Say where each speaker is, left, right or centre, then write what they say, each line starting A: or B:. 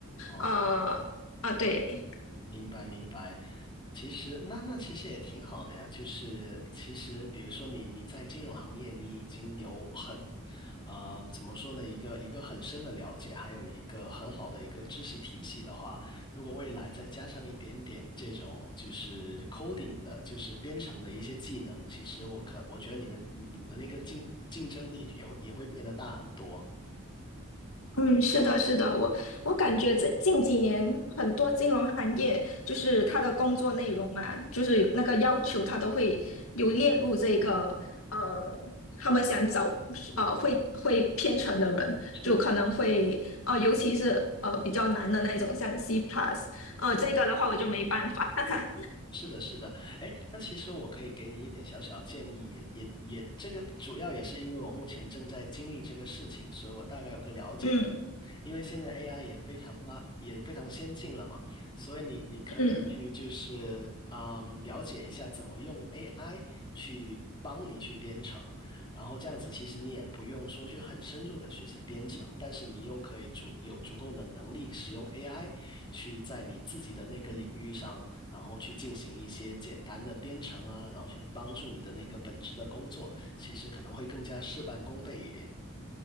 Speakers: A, on the left (about 20°); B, on the left (about 75°).
A: 哦
B: 呃呃对。
A: 明白明白，其实那那其实也挺好的呀。就是其实比如说你你在金融行业，你已经有很啊、怎么说呢一个一个很深的了解，还有一个很好的一个知识体系的话，如果未来再加上一点点这种就是 coding 的，就是编程的一些技能，其实我可我觉得你的你你的那个竞竞争力也会也会变得大很多。
B: 嗯，是的，是的，我我感觉这近几年很多金融行业，就是他的工作内容啊，就是那个要求，他都会有列入这个呃，他们想找呃会会编程的人，
A: 嗯，
B: 就可能会呃，
A: 是。
B: 尤其是呃比较难的那种，像 C plus，呃这个的话我就没办法，<laughs>
A: 是的，是的，哎，那其实我可以给你一点小小的建议，也也也，这个主要也是因为我目前正在经历这个事情，所以我大概有个了解。
B: 嗯
A: 因为现在 AI 也非常发，也非常先进了嘛，所以你你可以去就是嗯了解一下怎么用
B: 嗯。
A: AI 去帮你去编程，然后这样子其实你也不用说去很深入的学习编程，但是你又可以足有足够的能力使用 AI 去在你自己的那个领域上然后去进行一些简单的编程啊，然后去帮助你的那个本职的工作，其实可能会更加事半功倍一点。